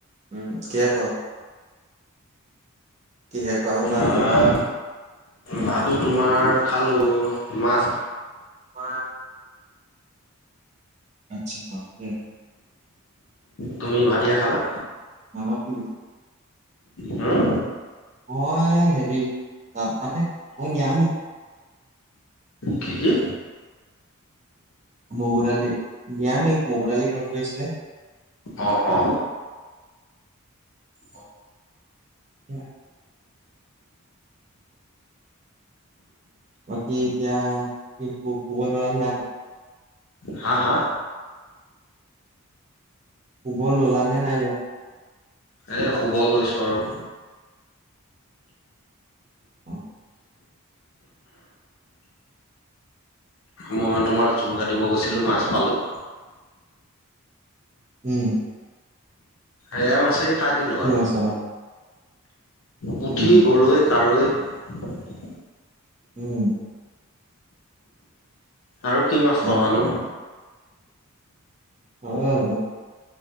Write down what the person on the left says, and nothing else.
আহ ভাতো তোমাৰ খালোঁ মাছ
তুমি ভাটিয়ে খালা
হুম
কি কি
অ অ
হা হা।
এই শুব লৈছোঁ আৰু
মই তোমাৰ জোৰ কাটিব গৈছিলোঁ মাছ পালোঁ
আয়া মাছে খাই দিলোঁ
আৰু
পুঠি,
গৰৈ, কাৱৈ <unintelligible>
আৰু কি
মাছ পাবানো